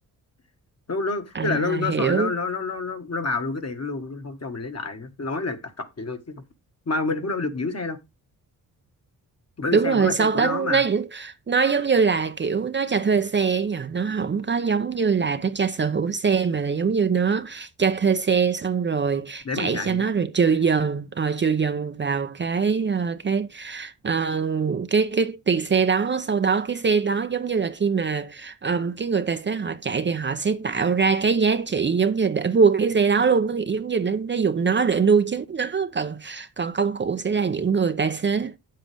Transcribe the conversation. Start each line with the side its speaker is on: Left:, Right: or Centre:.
Left: nó nó
Right: à
Left: tức là nó nó
Right: hiểu
Left: sợ nó nó nó nó nó nó bào luôn cái tiền đó luôn nó không cho mình lấy lại nữa. nói là đặt cọc vậy thôi chứ mà mình cũng đâu được giữ xe đâu bởi vì
Right: đúng
Left: xe
Right: rồi
Left: vẫn là
Right: sau
Left: xe của
Right: Tết
Left: nó mà
Right: nó nó giống như là kiểu nó cho thuê xe ấy nhờ nó không có giống như là nó cho sở hữu xe mà là giống như nó cho thuê xe xong rồi
Left: để
Right: chạy
Left: mình chạy
Right: cho nó rồi trừ dần ờ, trừ dần vào cái ờ, cái ờ, cái cái tiền xe đó sau đó cái xe đó giống như là khi mà ờm, cái người tài xế họ chạy thì họ sẽ tạo ra cái giá trị giống như để mua cái xe đó luôn nó giống như nó, nó dùng nó để nuôi chính nó còn còn công cụ sẽ là những người tài xế